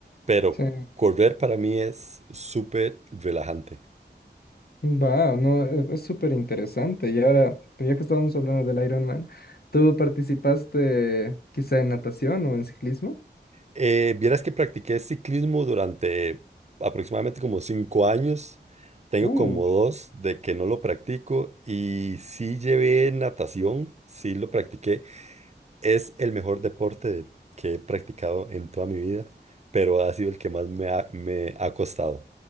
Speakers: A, on the right; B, on the left.
A: Pero
B: Sí,
A: correr para mí es súper relajante.
B: va, no, e- es súper interesante. Y ahora, ya que estábamos hablando del Ironman, ¿tú participaste quizá en natación o en ciclismo?
A: Eh, vieras que practiqué ciclismo durante aproximadamente como cinco años. Tengo
B: Uh,
A: como dos de que no lo practico y sí llevé natación, sí lo practiqué. Es el mejor deporte de- que he practicado en toda mi vida, pero ha sido el que más me ha, me ha costado.